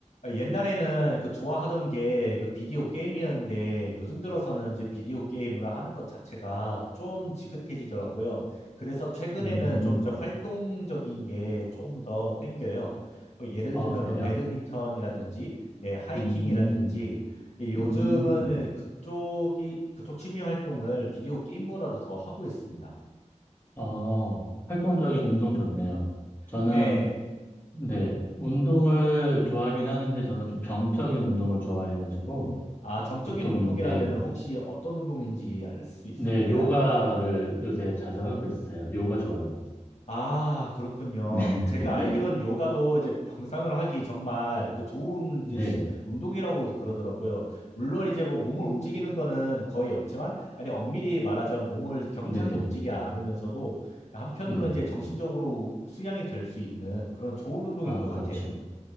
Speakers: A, on the left (about 65°); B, on the left (about 15°).
A: 아, 옛날에는 그 좋아하던 게 그 비디오 게임이었는데 요즘 들어서는 이제 비디오 게임을 하는 것 자체가 좀 지긋해지더라고요. 그래서 최근에는
B: 음,
A: 좀 이제 활동적인 게 좀 더 땡겨요. 뭐 예를
B: 아,
A: 들면
B: 그래요?
A: 뭐 배드민턴이라든지 네, 하이킹이라든지
B: 음,
A: 이 요즘은
B: 음,
A: 그쪽이 그쪽 취미 활동을 비디오 게임보다도 더 하고 있습니다.
B: 아, 활동적인 운동 좋네요. 저는,
A: 네.
B: 네, 운동을 좋아하긴 하는데, 저는 좀 병적인 운동을 좋아해가지고,
A: 아, 정적인
B: 보통
A: 운동이라면
B: 이제,
A: 혹시 어떤 운동인지 알 수 있을까요?
B: 네, 요가를 요새 자주 하고 있어요. 요가 좋아합니다.
A: 아, 그렇군요.
B: 네, <laughs>
A: 제가 알기로는 요가도 이제 명상을 하기 정말 그 좋은
B: 네,
A: 이제 시- 운동이라고 그러더라고요. 물론 이제 뭐 몸을 움직이는 거는 거의 없지만, 아니, 엄밀히 말하자면 몸을 격하게
B: 네, 네,
A: 움직이지 않으면서도 한편으로는
B: 네.
A: 이제 정신적으로 수양이 될 수 있는 그런 좋은 운동인
B: 아,
A: 것 같아요.
B: 그렇죠.